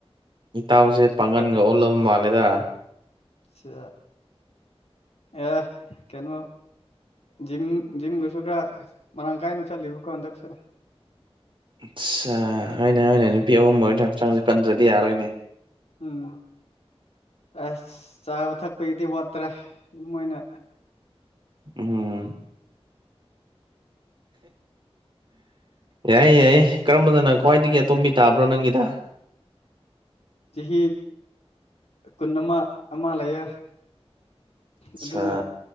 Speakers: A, on the right (about 50°); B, on the left (about 80°).
A: ꯏꯇꯥꯎꯁꯦ ꯄꯥꯡꯒꯟꯒ ꯑꯣꯜꯂꯕ ꯃꯥꯜꯂꯦꯗ
B: ꯁ ꯑꯦ ꯀꯩꯅꯣ ꯖꯤꯝ ꯖꯤꯝ ꯨꯁꯨ ꯈ ꯃꯔꯥꯡ ꯀꯥꯏꯅ ꯆꯠꯂꯤꯕꯀꯣ ꯍꯟꯗꯛꯁꯦ
A: ꯑꯠꯁꯥ ꯑꯅꯦ ꯑꯣꯏꯅ ꯅꯨꯄꯤ ꯑꯍꯨꯝ ꯍꯣꯏ ꯑꯣꯏꯅ ꯍꯛꯆꯥꯡꯁꯦ ꯄꯟꯗ꯭ꯔꯗꯤ ꯌꯥꯔꯣꯏꯅꯦ
B: ꯎꯝ ꯑꯁ ꯆꯥꯕ ꯊꯛꯄꯒꯤꯗꯤ ꯋꯥꯠꯇ꯭ꯔꯦ ꯑꯗꯨꯝꯣꯏꯅ
A: ꯎꯝ ꯌꯥꯏ ꯌꯥꯏ ꯀꯔꯝꯕꯗꯅ ꯈ꯭ꯋꯥꯏꯗꯒꯤ ꯑꯇꯣꯝꯕꯤ ꯇꯥꯕ꯭ꯔꯣ ꯅꯪꯒꯤꯗ
B: ꯆꯍꯤ ꯀꯨꯟ ꯑꯃ ꯑꯃ ꯂꯩꯌꯦ
A: ꯑꯠꯆꯥ
B: ꯑꯗꯨꯅ